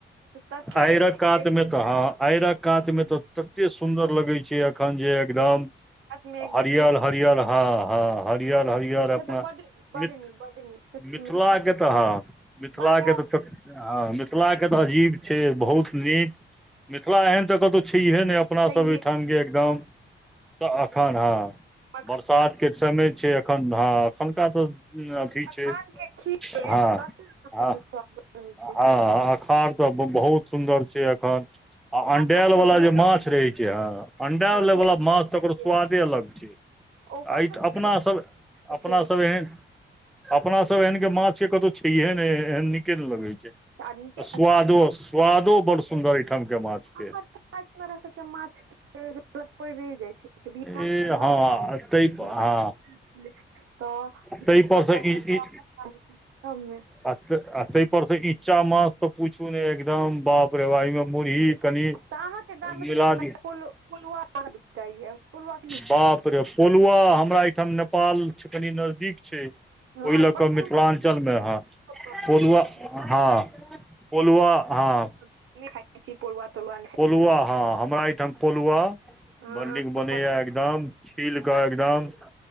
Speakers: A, on the right; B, in the centre.
A: तते
B: आइर
A: रात
B: कात कात मे तऽ हँ आयर कात मे तऽ तते सुन्दर लगै छै एखन जे एकदम
A: मे एकदम
B: हरियर
A: से
B: हरियर ह ह हरिहर हरिअर
A: से
B: अपना
A: तऽ बड बड
B: मिथ्
A: नीक बड नीक से त
B: मिथिलाके
A: मिथिला के
B: तऽ हँ मिथिलाके
A: बात बाते
B: तऽ छोट हँ मिथिलाके तऽ अजीब छै बहुत नीक मिथिला एहन तऽ कतौ छैहे नहि अपनासभ
A: छैहे
B: ओहिठामके एकदम अखन हँ
A: मखान
B: बरसात के चमय छै अखन हँ एखुनका तऽ अथी
A: मखान
B: छै
A: के खीर
B: ह
A: कते अपना
B: ह
A: सबके
B: ह
A: स्वाद रहै छै
B: ह खार तऽ ब बहुत सुन्दर छै एखन आ अंडेऽल
A: अपना सबके
B: वाला
A: भोज
B: जे माछ रहै छै ह अंडेल
A: हँ भोज
B: वला माछ त ओकर
A: के
B: स्वादे अलग छै
A: ओकर
B: आई तऽ
A: छैहे
B: अपनासभ
A: तऽ छैहे
B: अपनासभ एहन अपना सब एहन के माछ के कतौह छैहे नै एहन नीके नै लगै छै
A: तऽ आर निके
B: स्वादो स्वादो बड़ सुन्दर एठाम के माछ
A: अहाँ
B: के
A: हमरा सबके माछ के जरूरत पैड़े जाइ छै बियाह
B: ए
A: स लऽ
B: हँ
A: कऽ <unintelligible>
B: ताहि हँ
A: तऽ
B: ताहि पर से
A: <unintelligible>
B: ई ई आ आ तै पर स इच्चा मास तऽ पूछू नहि एकदम बाप रे बाह एहिमे मुरही कनि
A: तऽ
B: मिला
A: अहाँके
B: दियौ
A: गाम <unintelligible>
B: बाप पोलुआ हमरा एहिठाम नेपाल कनि नजदीक छै
A: हँ
B: ओई
A: तऽ
B: लऽ
A: बड
B: कऽ मिथिलाञ्चल मे आहां
A: खाइ
B: पोलुआ
A: छी
B: हँ पोलुआ अहां
A: नया खाइ छी पोलुवा तोलुवा
B: पोलुआ हाँ हमरा एहिठाम पोलुआ
A: नहि
B: बल्डिंग बनैया
A: खाइ
B: एकदम छील कऽ एकदम